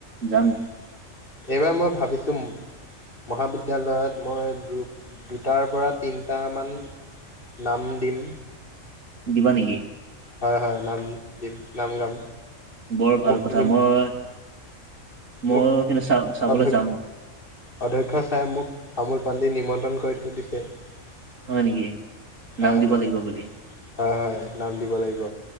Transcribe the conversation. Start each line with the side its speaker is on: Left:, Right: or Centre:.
Right: যাম
Left: হয় এইবাৰ মই ভাবিছোঁ মহাবিদ্যালয়ত মই দুটাৰ পৰা তিনিটামান নাম দিম
Right: দিবা নেকি
Left: হয় হয় নাম দিম নাম গাম
Right: বৰ ভাল
Left: মোক
Right: কথা
Left: নিম
Right: মই মই
Left: মোক
Right: কিন্তু চা চাবলৈ
Left: অধ্য
Right: যাম
Left: অধ্যক্ষ চাই মোক তামোল পাণ দি নিমন্ত্ৰণ গইট কৰি দিছে <unintelligible>
Right: হয় নেকি,
Left: হয়
Right: নাম দিব
Left: হয়
Right: লাগিব বুলি
Left: হয় হয় নাম দিব লাগিব।